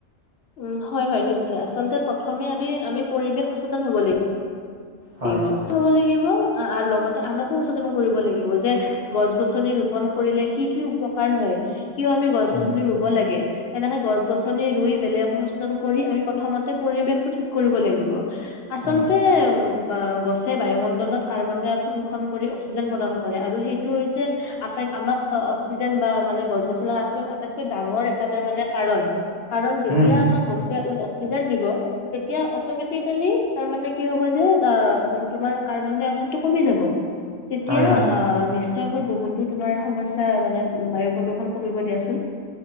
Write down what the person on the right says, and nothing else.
হয়
হয়
হয়
উম, হুম,
হয় হয়